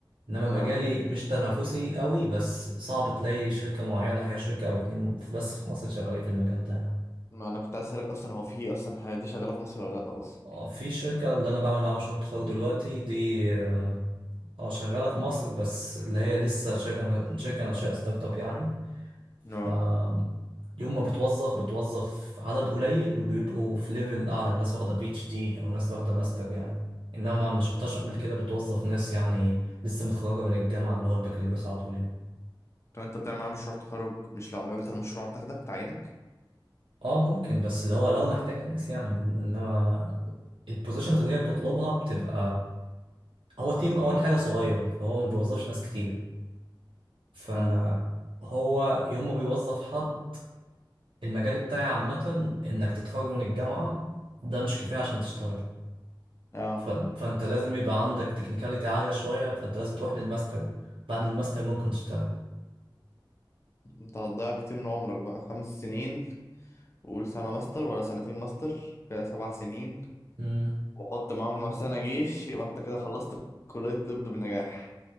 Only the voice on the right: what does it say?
إنما
مجالي مش تنافسي قوي بس صعب تلاقي شركة معينة هي شركة أو اتنين بس في مصر شغالين في المجال ده يعني
آه، في شركة اللي أنا بعمل معاها مشروع تخرج دلوقتي دي آه، اه شغالة في مصر بس اللي هي لسه شركة أنا شركة ناشئة ستارت اب يعني ف
يوم ما بتوظف بتوظف عدد قليل وبيبقوا في ليفل اعلى ناس واخده بي اتش دي او ناس واخده ماستر يعني انما ما شفتهاش قبل كده بتوظف ناس يعني لسه متخرجه من الجامعه اللي هو البكالوريوس على طول يعني
اه ممكن بس اللي هو لو محتاجه ناس يعني م- انما البوزيشنز اللي هي بتطلبها بتبقى هو تيم اول حاجه صغير فهو ما بيوظفش ناس كتير فهو
يوم ما بيوظف حد المجال بتاعي عامه انك تتخرج من الجامعه ده مش كفايه عشان تشتغل
ف- فانت لازم يبقى عندك تكنيكاليتي عالية شوية فانت لازم تروح للماستر بعد الماستر ممكن تشتغل
مم.